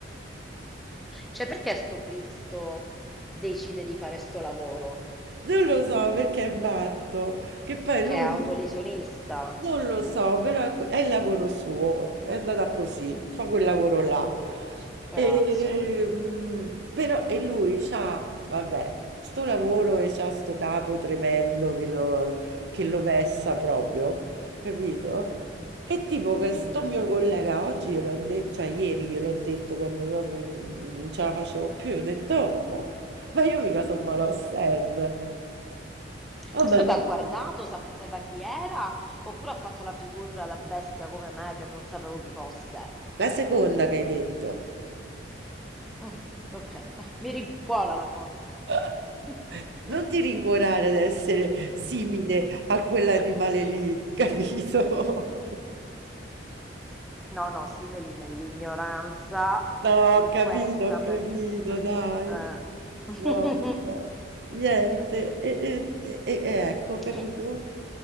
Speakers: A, in the centre; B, on the right.
A: Cioè, perché sto Cristo decide di fare sto lavoro?
B: Non lo so perché è matto, che poi
A: Che
B: lui
A: è autolesionista?
B: non lo so, però ecco, è il lavoro suo, è andata così,
A: Mm.
B: fa quel lavoro là.
A: Poverazzo.
B: E, mm, però, e lui c'ha, vabbè, sto lavoro e c'ha sto capo tremendo che lo, che lo vessa proprio, capito?
A: Mm.
B: E tipo che sto
A: Mm.
B: mio collega oggi gliel'ho detto, cioè ieri gliel'ho detto quando proprio non ce la facevo più, gli ho detto, "Oh, ma io mica sono Malaussen.
A: E
B: Vabbè,
A: questo
B: <laughs>
A: ti ha guardato, sapeva chi era, oppure ha fatto la figura da bestia come me che non sapevo chi fosse?
B: la seconda che hai detto.
A: Mm, ok, <laughs> beh, mi rincuora la cosa.
B: <laughs>
A: <laughs>
B: Non ti rincuorare ad essere simile a quell'animale lì, capito? <laughs>
A: No, no, simili nell'ignoranza
B: No,
A: di
B: ho capito,
A: questa...
B: ho capito,
A: per-
B: dai.
A: eh. <laughs>
B: No, vabbè. Niente, e, e- e- e- ecco, capito?
A: Eh.